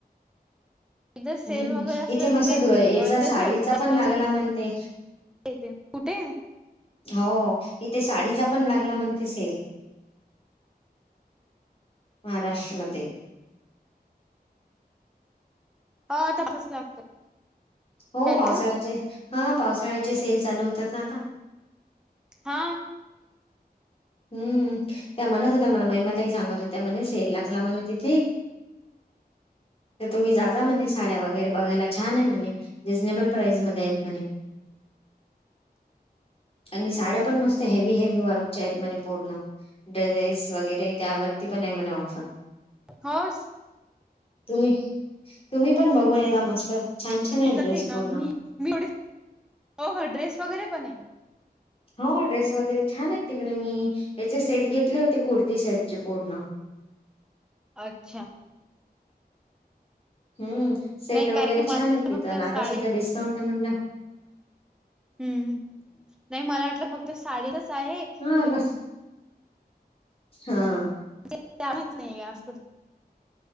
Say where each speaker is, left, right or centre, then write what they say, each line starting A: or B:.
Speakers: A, in the centre; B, on the left.
A: एकदा सेल
B: हम्म
A: वगैरे असलं
B: इथे मसत
A: कि ते
B: दूवा येत.
A: एकदाच
B: साडीचा
A: जास्त
B: पण
A: अस
B: लागला म्हणते
A: येते कुठे
B: हो इथे साडीचा पण लागला. कोणते सेल महाराष्ट्र मध्ये
A: ह आताचच लागत.
B: हो
A: हॅलो
B: पावसाळ्याचे हा पावसाळ्याचे सेल चालू होतात ना आता
A: हा.
B: हम्म त्या म्हणत होत मला मैमाताही सांगत होत म्ह सेल लागत. जा जा म्हणे तिथे तुम्ही जा जा म्हणे. साड्या वगैरे बघायला छान आहे म्हणे रिजनेबल प्राईस म आहेत म्हणे
A: <unintelligible>
B: आणि साड्या पण मस्त हेवी हेवी वर्कच्या आहेत म्हणे. पूर्ण ड्रेसेस वगैरे त्यावरती पण आहे म्हणे ऑफर.
A: हस.
B: तुम्ही तुम्ही पण बघून येजा मस्त छान छान आहे
A: तस
B: ड्रेस
A: म
B: पूर्ण
A: मी एवढे हो हो ड्रेस वगैरे पण आहे.
B: हो ड्रेस वगैरे छान आहेत तिकडे मी याचे सेट घेतले होते कुर्ती सेटचे पूर्ण
A: अच्छा!
B: हम्म सेट
A: नाही कारण
B: वगैरे
A: की मला
B: छान आहे तिथं
A: फक्त
B: आता
A: साडी
B: सध्या डिस्काउंट आहे म्हणल
A: हम्म नाही मला वाटलं फक्त साडीचच आहे
B: हा
A: तर मग
B: बस हा.
A: त्यालाच नाही असतच.